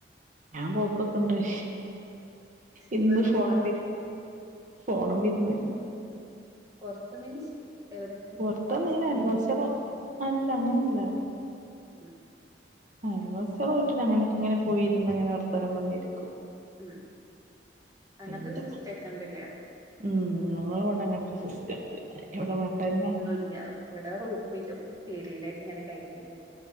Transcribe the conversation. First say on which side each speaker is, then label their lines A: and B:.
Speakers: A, on the right; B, on the right.
A: ഞാൻ പോക്കൊക്കണ്ട്.. ഇന്ന്
B: ഇന്നെന്ത്
A: ഫോണിന്മൽ
B: പോവാഞ്ഞെ
A: ഇരുന്ന് ഫോണന്മൽ ഇരുന്ന്..
B: പുറത്ത് മീൻസ് എവിടെ.
A: പുറത്തു ഇങ്ങനെ അൽവസി കളെ അല്ല അങ്ങനെല്ല
B: ഉംഹ്
A: അയൽവാസികളുടെ വീട്ടിൽ അങ്ങനൊക്കെ ഇങ്ങനെ പോയിരുന്നങ്ങനെ വർത്തനംപറഞ്ഞു ഇരിക്കും പറഞ്ഞിരിക്കും
B: ഉം അങ്ങനത്തെ
A: എന്റെമ്മ
B: സിസ്റ്റ ഒക്കണ്ടില്ല
A: ഉം ഞങ്ങളെ ഇവിടെ അങ്ങന ഒരു സിസ്റ്റംണ്ട് ഇവിടെ വട്ടന്നോ
B: ഇല്ല ഇവിടെ റൂമിലും പേരിയിലായിട്ട് ഇങ്ങനെ കഴിഞ്ഞു.